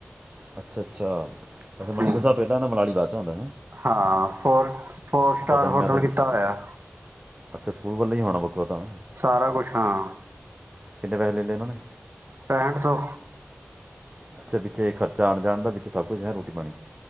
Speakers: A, on the right; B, on the right.
A: ਅੱਛਾ ਅੱਛਾ ਅੱਛਾ ਮਨੀਕਰਨ
B: ਹੂੰ
A: ਸਾਹਿਬ ਪਹਿਲਾ ਆਂਦਾ ਮਨਾਲੀ ਬਾਅਦ ਚੋਂ ਆਉਂਦਾ
B: ਹਾਂ ਫੋਰ ਫੋਰ ਸਟਾਰ
A: ਪਤਾ ਨਹੀਂ
B: ਹੋਟਲ
A: ਮੈਂ ਤਾਂ
B: ਕੀਤਾ ਹੋਇਆ
A: ਅੱਛਾ ਸਕੂਲ ਵੱਲੇ ਹੀ ਹੋਣਾ ਵੱਖਾ ਤਾਂ
B: ਸਾਰਾ ਕੁਛ ਹਾਂ
A: ਕਿੰਨੇ ਪੈਸੇ ਲੈ ਲਏ ਉਹਨਾਂ ਨੇ
B: ਪੈਂਹਠ ਸੌ
A: ਅੱਛਾ ਵਿੱਚੇ ਖ਼ਰਚਾ ਆਉਣ ਜਾਣ ਦਾ ਵਿੱਚ ਸਭ ਕੁਛ ਹੈ ਰੋਟੀ ਪਾਣੀ